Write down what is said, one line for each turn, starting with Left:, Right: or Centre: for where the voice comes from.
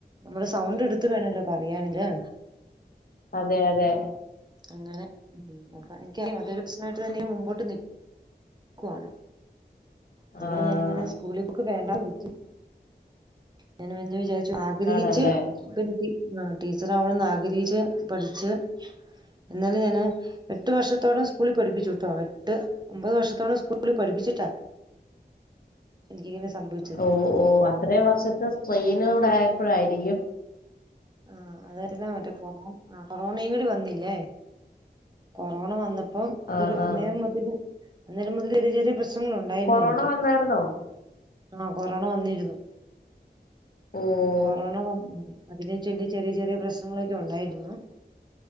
Right: നമ്മള് സൗണ്ട് എട്ത്ത് വേണെല്ലോ പറയാണെങ്ങ്‌ല്
Left: അതെ അതെ
Right: അങ്ങെനെ ഉം കൊറോ എനിക്ക്നി അതൊരു പ്രശ്നായ്ട്ട് തന്നെങ്ങെ മുമ്പോട്ടും നി ക്കുവാണ് അതുപോലെ
Left: ആഹ്
Right: ഞാനിങ്ങെനെ സ്കൂളി പോക്ക് വേണ്ടാന്ന് വെച്ചു ഞാൻ പിന്നെ വിചാര്ച്ചു ആഗ്രഹിച്ച്
Left: ആണല്ലേ
Right: പിന്നെ ടി ആഹ് ടീച്ചറാവണംന്ന് ആഗ്രഹിച്ച് പഠിച്ച് എന്നാല് ഞാന് എട്ട് വർഷത്തോളം സ്കൂളി പഠിപ്പിച്ചൂട്ടോ എട്ട് ഒമ്പത് വർഷത്തോളം സ്കൂളി പഠിപ്പിച്ചിട്ടാ എനിക്കിങ്ങെനെ സംഭവി
Left: ഓഹ് ഓഹ് അത്രെയും വർഷത്തെ സ്ട്രെയ്നൂടെ ആയപ്പഴായിരിക്കും
Right: ആഹ് അത് കാരണം മറ്റേ കൊറോണ ആഹ് കൊറോണില് വന്നില്ലേ കൊറോണ വന്ന പ്പം അതൊരു
Left: ആഹാ
Right: അന്നേരം മുതെല് അന്നേരം മുതെല് ഒര് ചെറിയ പ്രശ്നങ്ങള് ഉണ്ടായ്ര്ന്നു
Left: കൊറോണ
Right: എനിക്ക്
Left: വന്നായിരുന്നോ
Right: ആഹ് കൊറോണ വന്നീര്ന്നു
Left: ഓഹ്
Right: കൊറോണ വന്ന് അതിനെ ചൊല്ലി ചെറിയ ചെറിയ പ്രശ്നങ്ങളൊക്കെ ഒണ്ടായ്ര്ന്നു